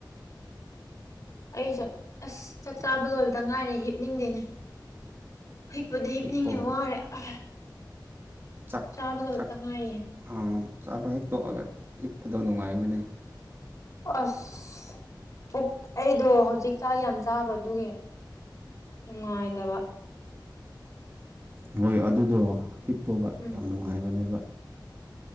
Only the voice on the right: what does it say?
ꯍꯤꯞꯄꯣ
ꯆꯥꯛ
ꯆ
ꯑꯥ ꯑ ꯆꯥꯕ ꯍꯦꯛꯛꯇꯣꯛꯑꯒ ꯍꯤꯞꯄꯗꯣ ꯅꯨꯡꯉꯥꯏꯕꯅꯦ
ꯍꯣꯏ ꯑꯗꯨꯗꯣ ꯍꯤꯞꯄꯣꯕ
ꯌꯥꯝ ꯅꯨꯡꯉꯥꯏꯕꯅꯦꯕ